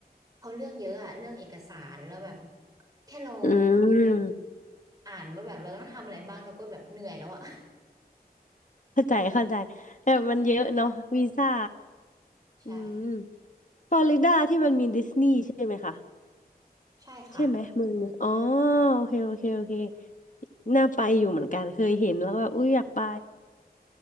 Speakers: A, on the right; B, on the left.
A: เขาเรื่องเยอะอะเรื่องเอกสารแล้วแบบแค่เรา
B: อืม
A: อ่านว่าแบบเราต้องทำอะไรบ้างเราก็แบบเหนื่อยแล้วอะ
B: เข้าใจเข้าใจแต่มันเยอะเนาะวีซ่า
A: ใช่
B: อืมฟลอริดาที่มันมีดิสนีย์ใช่ไหมคะ
A: ใช่ค่ะ
B: ใช่ไหมเมืองเนยอ๋อโอเคโอเคโอเคน่าไปอยู่เหมือนกันเคยเห็นแล้วก็อุ้ยอยากไป